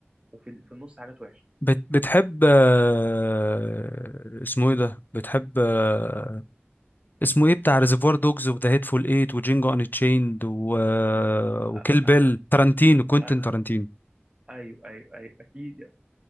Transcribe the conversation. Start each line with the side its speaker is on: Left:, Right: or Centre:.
Right: وفي ال- في النص حاجات وحشه
Left: بت بتحب آه اسمه ايه ده بتحب آه اسمه ايه بتاع ريزرفوار دوجز وذا هيتفول ايت وجينجو ان تشيند و... آه، وكيل
Right: آه
Left: بيل تارانتينو كوينتين
Right: آه
Left: تارانتينو
Right: ايوه ايوه ايوه اكيد يعني.